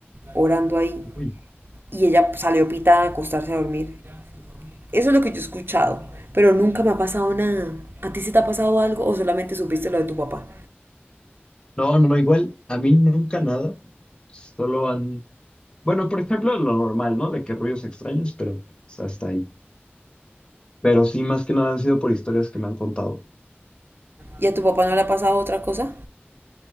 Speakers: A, on the right; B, on the left.
A: orando ahí.
B: Uy.
A: Y ella pues, salió pitada a acostarse a dormir. Eso es lo que yo he escuchado, pero nunca me ha pasado nada. ¿A ti se te ha pasado algo o solamente supiste lo de tu papá?
B: No, no, no, igual a mí nunca nada. Solo han. Bueno, por ejemplo, lo normal, ¿no? De que ruidos extraños, pero pues, hasta ahí. Pero sí, más que nada han sido por historias que me han contado.
A: ¿Y a tu papá no le ha pasado otra cosa?